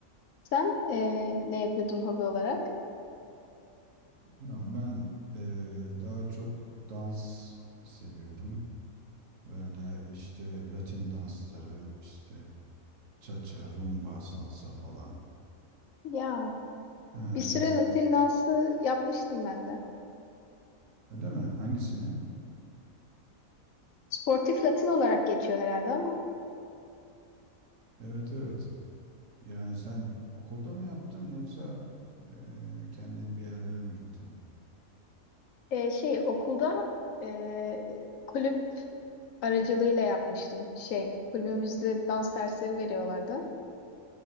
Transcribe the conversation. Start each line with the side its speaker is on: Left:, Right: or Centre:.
Left: Sen eee, ne yapıyordun hobi olarak?
Right: Ya ben e, daha çok dans seviyorum. Böyle işte Latin dansları, işte cha-cha, rumba, salsa falan.
Left: Ya
Right: Ha,
Left: bir süre
Right: yani
Left: Latin dansı yapmıştım ben de.
Right: öyle mi? Hangisini?
Left: Sportif Latin olarak geçiyor herhalde ama
Right: Evet evet. Yani sen okulda mı yaptın yoksa eee, kendin bir yerlere mi gittin?
Left: eee, şey okulda eee, kulüp aracılığıyla yapmıştım. Şey kulübümüzde dans dersleri veriyorlardı.